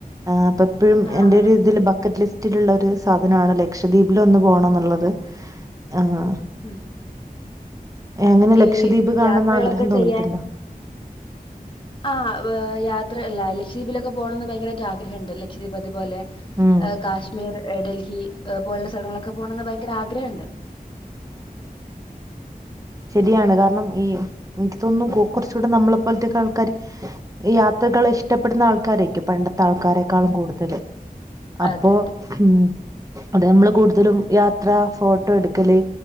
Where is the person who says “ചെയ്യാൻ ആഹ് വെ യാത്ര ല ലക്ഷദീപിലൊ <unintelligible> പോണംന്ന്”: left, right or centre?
Left